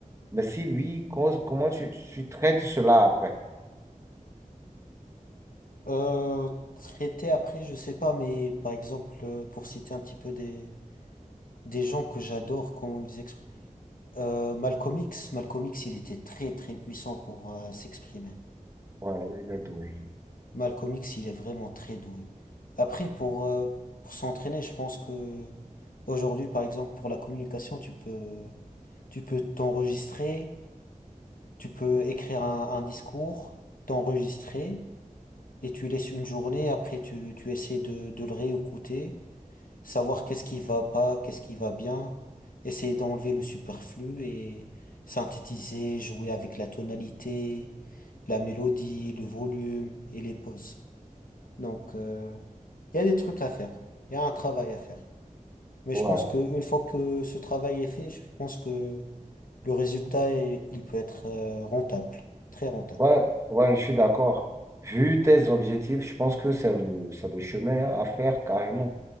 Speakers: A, on the right; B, on the left.
A: Mais si oui, co- comment tu, tu traites cela après?
B: Euh, traiter après, je sais pas, mais par exemple, euh, pour citer un petit peu des, des gens que j'adore, comment ils expriment. Euh, Malcolm X, Malcolm X, il était très très puissant pour euh, s'exprimer.
A: Ouais, il est doué.
B: Malcolm X, il est vraiment très doué. Après, pour, euh, pour s'entraîner, je pense que aujourd'hui, par exemple, pour la communication, tu peux, tu peux t'enregistrer. Tu peux écrire un, un discours, t'enregistrer, et tu laisses une journée, après tu, tu essaies de, de le réécouter, savoir qu'est-ce qui va pas, qu'est-ce qui va bien, essayer d'enlever le superflu et synthétiser, jouer avec la tonalité, la mélodie, le volume et les pauses. Donc, euh, il y a des trucs à faire, il y a un travail à faire. Mais
A: Ouais,
B: je pense qu'une fois que ce travail est fait, je pense que le résultat, est- il peut être euh, rentable, très rentable.
A: ouais, ouais, je suis d'accord. Vu tes objectifs, je pense que c'est le, c'est le chemin à faire carrément.